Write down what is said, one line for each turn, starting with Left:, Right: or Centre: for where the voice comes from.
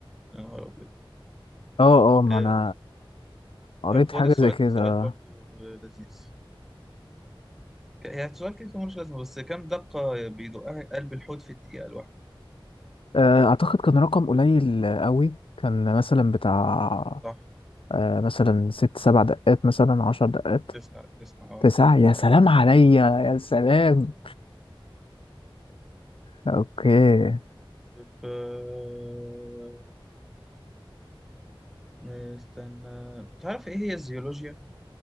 Centre: يا نهار أبيض
Left: اه اه ما
Centre: آه،
Left: انا آه، قريت
Centre: طب خد
Left: حاجة
Centre: السؤال
Left: زي كده
Centre: ده سؤال برضو آه، لذيذ ك- يعني سؤال كده كده ملوش لازمة بس كام دقة بيدقها قلب الحوت في الدقيقة الواحدة؟
Left: آه، اعتقد كان رقم قليل آه، قوي كان مثلا بتاع
Centre: صح
Left: آه، مثلا ست سبع دقات مثلا عشر دقات
Centre: تسعة تسعة اه
Left: تسعة يا
Centre: عارف.
Left: سلام عليا يا سلام اوكي
Centre: طب، آه، استنى تعرف ايه هي الزيولوجيا؟